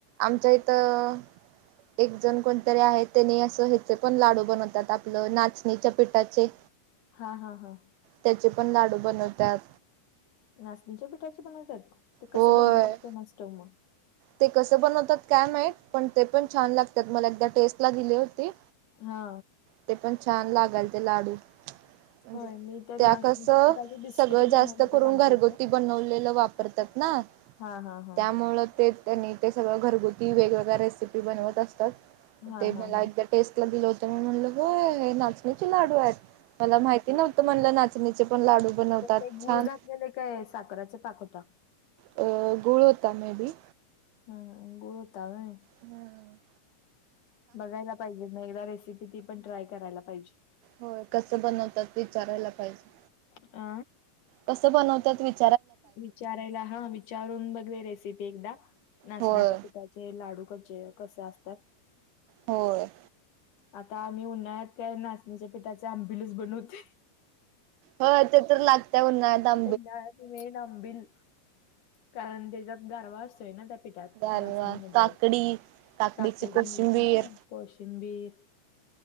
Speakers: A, on the right (about 85°); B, on the left (about 60°).
A: आमच्या इथं एक जण कोणतरी आहे, त्यानी असं ह्याचे पण लाडू बनवतात, आपलं नाचणीच्या पिठाचे.
B: हा, हा, हा.
A: त्याचे पण लाडू बनवतात.
B: नाचणीच्या पिठाचे बनवतात? ते कसं
A: होय
B: बनवतात कोणास ठाऊक मग.
A: ते कसं बनवतात काय माहीत, पण ते पण छान लागत्यात. मला एकदा टेस्टला दिले होते.
B: हा.
A: ते पण छान लागालते लाडू. म्हणजे
B: होय मी तर
A: त्या
B: नाचणीच्या
A: कसं
B: पिठाचे बिस्किट
A: सगळं
B: बनवले
A: जास्त
B: होते
A: करून,
B: ग आमच्या
A: घरगुती
B: इथे.
A: बनवलेलं वापरतात ना.
B: हा, हा, हा.
A: त्यामुळं ते त्यांनी ते सगळं घरगुती, वेगवेगळ्या रेसिपी बनवत असतात.
B: हा
A: ते
B: हा
A: मला
B: हा
A: एकदा टेस्ट ला दिल होतं, मी म्हंटलं गं हे! नाचणीचे लाडू आहेत. मला माहिती नव्हते. त्या म्हणल्या, नाचणीचे पण लाडू बनवतात
B: म्हणजे ते गुळ
A: छान
B: घातलेले काय,? साखराच्या पाक होता?
A: अं.. <unintelligible> गूळ होता मे बी.
B: हं.. <unintelligible> गुळ होता होय.
A: हम.
B: बघायला पाहिजे मग, एकदा रेसिपी ती पण, ट्राय करायला पाहिजे.
A: होय कसं बनवतात, विचारायला पाहिजे.
B: अ
A: कसं बनवतात वि <unintelligible>
B: विचारायला, हा विचारून बघूया. रेसिपी एकदा नाचणीच्या
A: होय
B: पीठाची जे लाडू कचे, कसे असतात.?
A: होय.
B: आता आम्ही उन्हाळ्यात काय, नाचणीच्या पिठाचे आंबिलच बनवतोय.
A: हो, ते तर लागते, उन्हाळ्यात आप
B: उन्हाळ्यात मेन आंबील. कारण त्याच्यात गारवा असतोय ना त्या <unintelligible> पिठात,
A: गारवा
B: नाचणीमध्ये
A: काकडी काकडीची
B: काकडी,
A: कोशिंबीर
B: हा. कोशिंबीर.